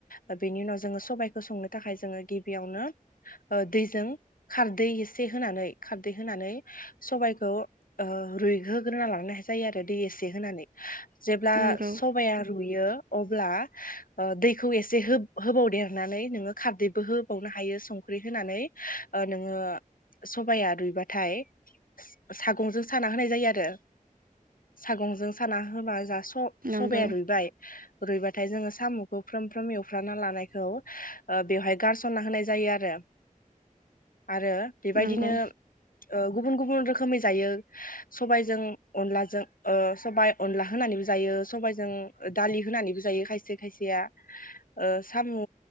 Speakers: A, on the left; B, on the right.
A: ओ बेनि उनाव जोङो सबबायखौ संनो थाखाय जोङो गिबियावनो ओ दैजों खारदै एसे होनानै खारदै होनानै स'बायखौ ओ रुइहोग्रोना लांनाय जायो आरो दै एसे होनानै। जेब्ला
B: नंगौ
A: स'बाया रुयो अब्ला ओ दैखौ एसे हो-होबावदेरनानै नोङो खारदैबो होबावनो हायो संख्रि होनानै ओ नोङो स'बाया रुइबाथाय सागंजों साना होनाय जायो आरो सागंजों साना होबा स-स'बाया
B: नंगौ
A: रुइबाय रुइबाथाय जोङो साम'खौ फ्राम फ्राम एव फ्रामना लानायखौ ओ बेवहाय गारसनना होनाय जायो आरो। आरो बेबायदिनो
B: नंगौ
A: ओ गुबुन गुबुन रोखोमै जायो। सबायजों अनलाजों ओ सबाय अनला होनानैबो जायो सबायजों दालि होनानैबो जायो खायसे खायसेया ओ सामु